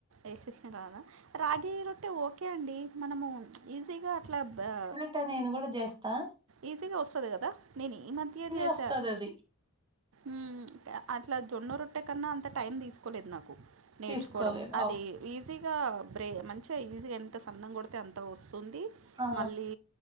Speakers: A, on the right; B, on the right.
A: ఎ రానా రాగి రొట్ట ఓ ఓకే అండి మనము ఈజీగా అట్లా ఆ
B: క నేను కూడా జెస్ ఆ
A: ఈజీగా వస్తది కదా నేను ఈ మధ్య చేసా
B: వస్తది అది
A: మ్మ్ అట్ల జొన్న రొట్టె కన్నా అంత టైం తీసుకోలేదు నాకు నేర్చుకోవడం
B: తీసుకోలేదు
A: అది
B: అవు
A: ఈజీగా బ్రే మంచి చే ఈజీగా ఎంత సన్నంగ కొడితే అంత వస్తుంది
B: ఆ
A: మళ్ళీ